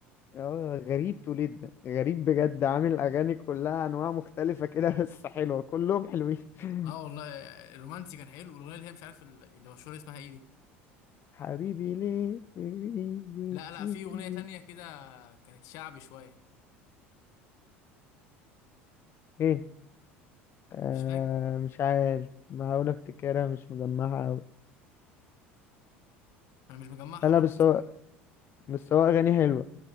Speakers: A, on the left; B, on the left.
A: اه غريب توليت ده غريب بجد
B: مم.
A: عامل اغاني كلها انواع مختلفه كده <laughs> بس حلوه كلهم حلوين <laughs>
B: اه والله الرومانسي كان حلو والاغنيه اللي هي مش عارف ال- اللي مشهوره اسمها ايه دي
A: حبيبي ليه تغيب وتسيبني
B: لا لا في اغنيه تانية كده كانت شعبي شويه
A: ايه آه
B: مش فاكر
A: مش عارف بحاول افتكرها مش مجمعها اوي
B: انا مش مجمعها
A: لا لا
B: برضه
A: بس
B: بس
A: هو بس
B: بقول
A: هو
B: كده.
A: اغاني حلوه